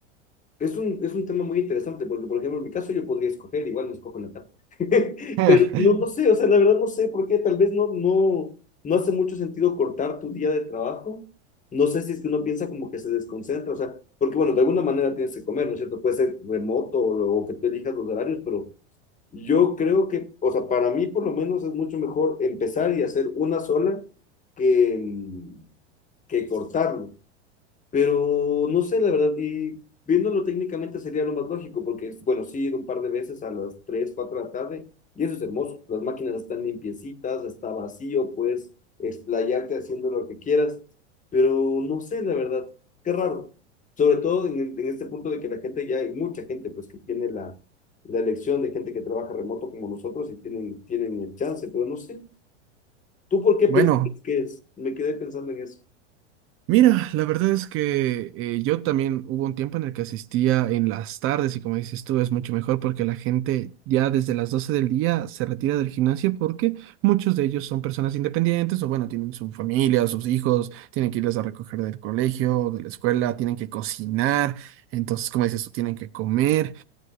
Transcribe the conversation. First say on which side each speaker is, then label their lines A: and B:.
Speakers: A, on the left (about 20°); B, on the right (about 35°).
A: es un, es un tema muy interesante, porque por ejemplo, en mi caso yo podría escoger, igual no escojo la tarde, <laughs>
B: <laughs>
A: pero no, no sé, o sea, la verdad no sé por qué, tal vez no, no, no hace mucho sentido cortar tu día de trabajo, no sé si es que uno piensa como que se desconcentra, o sea, porque bueno, de alguna manera tienes que comer, ¿no es cierto? Puede ser remoto o, lo- o que tú elijas los horarios, pero yo creo que, o sea, para mí por lo menos es mucho mejor empezar y hacer una sola que, mm, que cortarlo. Pero no sé, la verdad, y viéndolo técnicamente sería lo más lógico, porque, bueno, sí, he ido un par de veces a las 3 4 de la tarde, y eso es hermoso. Las máquinas están limpiecitas, está vacío, puedes explayarte haciendo lo que quieras, pero no sé, la verdad, qué raro. Sobre todo en, el- en este punto de que la gente, ya hay mucha gente, pues, que tiene la, la elección de gente que trabaja remoto como nosotros y tienen, tienen el chance, pero no sé. ¿Tú por qué
B: Bueno,
A: piensas que es? Me quedé pensando en eso.
B: Mira, la verdad es que eh, yo también hubo un tiempo en el que asistía en las tardes y como dices tú es mucho mejor porque la gente ya desde las 12 del día se retira del gimnasio porque muchos de ellos son personas independientes o bueno, tienen su familia, sus hijos, tienen que irles a recoger del colegio, o de la escuela, tienen que cocinar, entonces como dices tú tienen que comer.